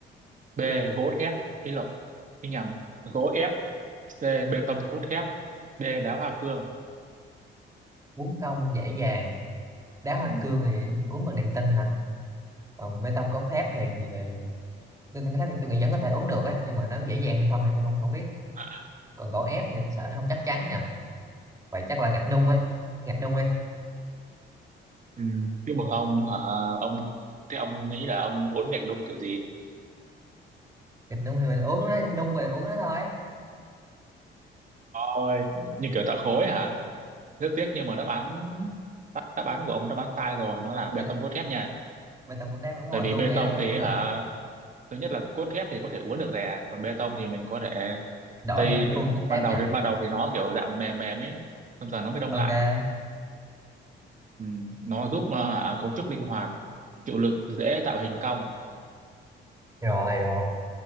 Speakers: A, on the right (about 40°); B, on the right (about 15°).
A: B. Gỗ thép ý lộn ý nhầm gỗ ép C. Bê tông cốt thép D. Đá hoa cương
B: uống công dễ dàng đá hoa
A: ừ.
B: cương thì uống bằng niềm tin hả còn bê tông cốt thép thì, thì ờ, bê tông cốt thép thì tôi nghĩ vẫn có thể uống được á nhưng mà nó dễ dàng hay không thì tôi không không biết
A: à
B: còn gỗ ép thì tôi sợ nó không chắc chắn nha vậy chắc là gạch nung ấy gạch nung đi
A: Ừ. Chúc mừng ông hả ông thế ông nghĩ là ông uốn gạch nung kiểu gì
B: Thịt nung thì mình uống nó em đun rồi uống nó thôi
A: Ôi, như kiểu tạo khối hả rất tiếc nhưng mà đáp án đáp đáp án của ông là đáp án sai rồi nó là bê
B: Thịt à?
A: tông cốt thép nha
B: bê tông cốt thép đúng rồi
A: tại vì
B: tôi
A: bê
B: nghĩ
A: tông
B: nó
A: thì
B: uống được
A: hả thứ nhất là cốt thép thì có thể uốn được rè còn bê tông thì mình có thể
B: đổ
A: xây
B: theo cái khuôn cốt thép
A: ban đầu
B: nha
A: thì ban đầu thì nó kiểu dạng mềm mềm ấy xong rồi nó mới đông
B: ok
A: lại ừ. nó giúp ờ, hả, cấu trúc linh hoạt chịu lực dễ tạo hình cong
B: rồi rồi